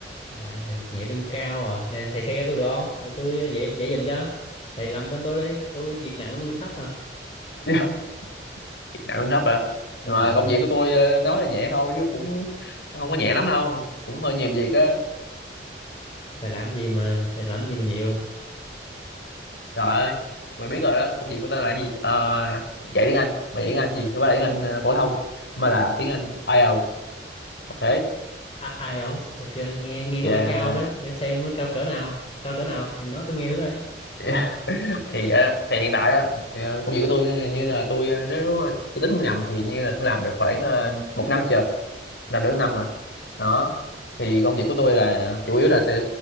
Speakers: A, on the left; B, on the left.
A: À thầy việc nhẹ lương cao à. Nè, thầy xe tôi được không? Để tôi dạy dạy giùm cho. Thầy làm bên tôi đi, tôi việc nặng lương thấp mà.
B: <laughs> nặng lương thấp à
A: Đúng
B: mà
A: rồi.
B: công việc của tôi ờ, nói là nhẹ thôi chứ cũng không có nhẹ lắm đâu cũng hơi nhiều việc á
A: Thầy làm gì mà thầy làm gì mà nhiều.
B: Trời ơi, mày biết rồi đó, công việc của tao là cái gì? Ờ, dạy tiếng Anh, mày dạy tiếng Anh cái gì? Không phải là tiếng Anh ờ, phổ thông, mà là tiếng Anh IELTS, ok?
A: À, IELTS, ok, nghe nghe
B: Yeah.
A: có vẻ cao đấy, để xem nó cao cỡ nào, cao cỡ nào thì nói tôi nghe thử coi.
B: yeah. <laughs> Thì ờ, thì hiện tại á, ờ, công việc của tôi như là tôi ờ, nếu mà tôi tính không nhầm thì như là tôi làm được khoảng ờ, một năm chưa, làm được một năm rồi. Đó. Thì công việc của tôi là chủ yếu là sẽ